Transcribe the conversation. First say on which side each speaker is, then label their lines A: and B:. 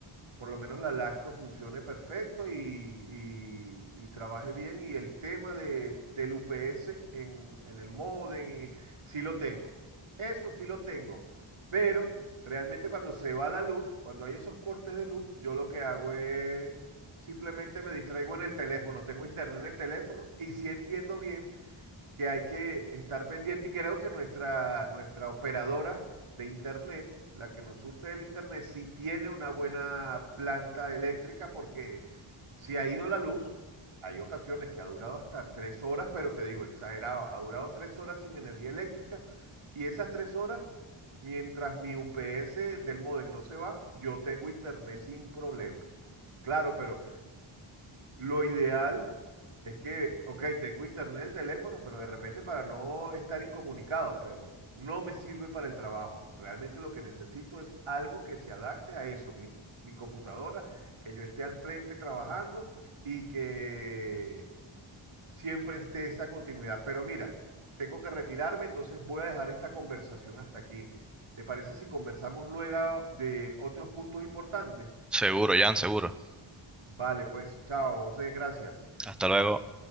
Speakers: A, on the right; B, in the centre.
A: por lo menos la lacto funcione perfecto y, y- y trabaje bien. Y el tema de, del UPS en, en el modem, y, sí lo tengo. Eso sí lo tengo. Pero realmente cuando se va la luz, cuando hay esos cortes de luz, yo lo que hago es simplemente me distraigo en el teléfono. Tengo internet en el teléfono y sí entiendo bien que hay que estar pendiente y creo que nuestra, nuestra operadora de internet, la que nos surte del internet, sí tiene una buena planta eléctrica porque si ha ido la luz, hay ocasiones que ha durado hasta tres horas, pero te digo, exagerado, ha durado tres horas sin energía eléctrica y esas tres horas, mientras mi UPS del modem no se va, yo tengo internet sin problema. Claro, pero lo ideal es que, ok, tengo internet en el teléfono, pero de repente para no estar incomunicado, pero no me sirve para el trabajo. Realmente lo que necesito es algo que se adapte a eso, mi, mi computadora, que yo esté al frente trabajando y que siempre esté esa continuidad. Pero mira, tengo que retirarme, entonces voy a dejar esta conversación hasta aquí. ¿Te parece si conversamos luego de otros puntos importantes?
B: Seguro, Jan, seguro.
A: Vale, pues chao, José, gracias.
B: Hasta luego.